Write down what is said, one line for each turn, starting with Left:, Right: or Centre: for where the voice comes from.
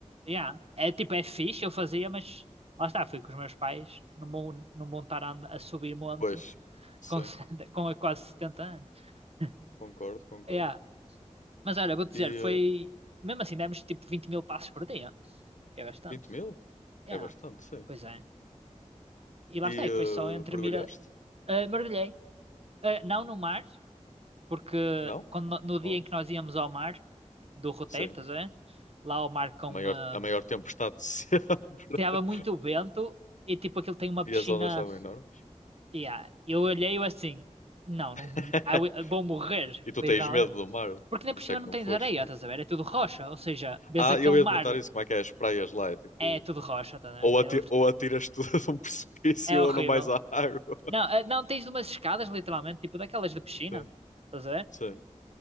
Right: yeah, é tipo, é fixe, eu fazia, mas lá está, fui com os meus pais, não vão, não vão estar a, and- a subir monte
Left: Pois, sim,
Right: com, <laughs> com quase 70 anos. <laughs>
Left: concordo, concordo.
Right: Yeah, Mas olha, vou-te dizer,
Left: E
Right: foi.
Left: eh,
Right: Mesmo assim, demos tipo 20 mil passos por dia, que é bastante.
Left: 20 mil?
Right: É,
Left: É bastante, sim.
Right: pois é. E lá
Left: E
Right: está, e
Left: eh,
Right: foi só entre
Left: mergulhaste?
Right: mira. ah, mergulhei. Ah, não no mar, porque
Left: Não?
Right: quando, no no dia
Left: Oh,
Right: em que nós íamos ao mar, do roteiro,
Left: sim.
Right: estás a ver? Lá ao mar com.
Left: Maior,
Right: ah,
Left: a maior tempestade de sempre. <laughs>
Right: Tava muito vento e tipo aquilo tem uma
Left: E
Right: piscina.
Left: as ondas estavam enormes.
Right: Yeah. Eu olhei eu assim, não,
Left: <laughs>
Right: não, I wi- vou morrer,
Left: E tu
Right: literalmente.
Left: tens medo do mar,
Right: Porque nem por
Left: por isso
Right: cima
Left: é que
Right: não
Left: não
Right: tens
Left: foste
Right: areia,
Left: mesmo.
Right: estás a ver? É tudo rocha, ou seja, vês
Left: Ah,
Right: aquele
Left: eu ia
Right: mar.
Left: te perguntar isso, como é que é as praias lá? É tipo,
Right: É tudo rocha, tá, né?
Left: ou, ati
Right: É
Left: ou atiras tudo <laughs> de um precipício
Right: É horrível.
Left: ou não vais à água.
Right: Não, eh, não, tens umas escadas, literalmente, tipo daquelas de piscina.
Left: Sim,
Right: Estás a ver?
Left: sim.